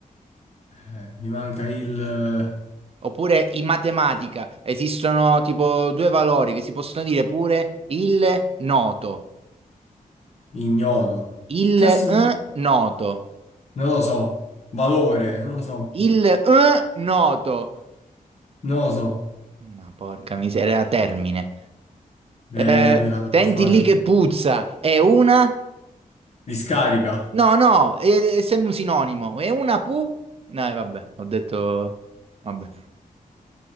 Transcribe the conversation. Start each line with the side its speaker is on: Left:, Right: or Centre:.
Left: Eh, mi manca il eh,
Right: Oppure in matematica esistono tipo due valori che si possono dire pure il noto,
Left: ignoto. Che
Right: il
Left: cazzo?
Right: eh,
Left: Non
Right: noto,
Left: lo so. Valore, non lo so.
Right: il eh, noto.
Left: Non lo so.
Right: Ma porca miseria, era termine. Eh,
Left: Eh, devi farla
Right: senti
Left: più facile.
Right: lì che puzza, è una?
Left: Discarica.
Right: No, no, è, è sempre un sinonimo. È una pu? No, eh, vabbè, ho detto... Vabbè.